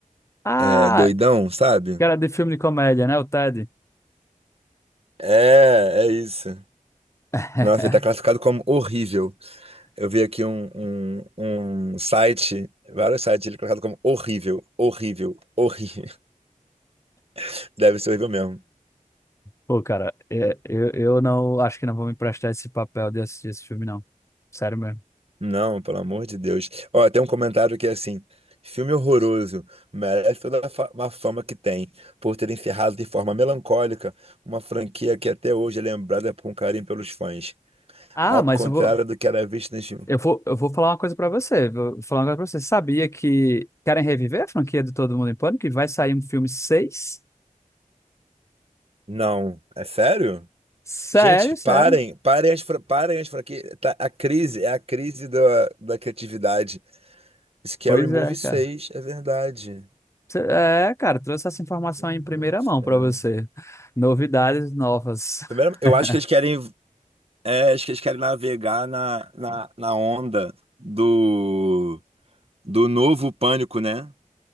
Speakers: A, on the left; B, on the right.
A: Ah,
B: é, doidão, sabe?
A: que era de filme de comédia, né? O Ted.
B: É, é isso.
A: <laughs>
B: Nossa, ele tá classificado como horrível. Eu vi aqui um, um, um site, vários sites, ele é classificado como horrível, horrível, horrível. <laughs> Deve ser horrível mesmo.
A: Pô, cara, é, eu, eu não acho que não vou me emprestar esse papel de assistir esse filme, não. Sério mesmo.
B: Não, pelo amor de Deus. Ó, tem um comentário que é assim: filme horroroso, merece toda a fa- uma fama que tem, por ter encerrado de forma melancólica uma franquia que até hoje é lembrada com carinho pelos fãs,
A: Ah,
B: ao
A: mas
B: contrário
A: eu vou.
B: do que era visto nos filmes.
A: Eu vou, eu vou falar uma coisa pra você. Vou falar uma coisa pra você. Você Sabia que querem reviver a franquia de Todo Mundo em Pânico? E vai sair um filme seis
B: Não, é sério?
A: Sério,
B: Gente, parem,
A: sério.
B: parem as, fra- parem as franquias. Tá, a crise, é a crise da, da criatividade. Scary
A: Pois
B: Movie
A: é,
B: 6,
A: cara.
B: é verdade.
A: Cê- É, cara, trouxe essa informação
B: Meu
A: em primeira
B: Deus do céu.
A: mão pra você. Novidades novas.
B: Primeiro, eu
A: <laughs>
B: acho que eles querem, é, acho que eles querem navegar na, na, na onda do, do novo pânico, né?